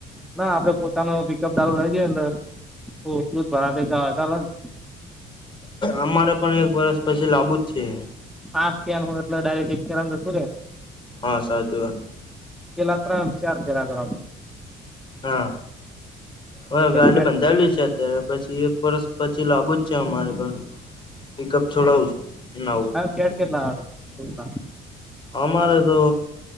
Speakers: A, in the centre; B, on the left.
A: ના આપડે પોતાનું પિકઅપ ડાલો લઈ જઈએ તો દૂધ ભરાવતા ચાલેને
B: અમારે પણ એક વરષ પછી લાબુ જ છે.
A: પાં કેન ડાયરેક્ટ એક કેન જતુ રે
B: હા સાચી વાત.
A: પેલા ત્રણ ચાર ફેરા કરવા
B: હા હવે ગાડી
A: ફેટ
B: બંધાવેલી છે અત્યારે પછી એક વર્ષ પછી લાબુ જ છે અમારે પણ પિકઅપ છોડાવું છે નવું.
A: કેટ કેટલા આવે હમ્મ બા
B: અમારે તો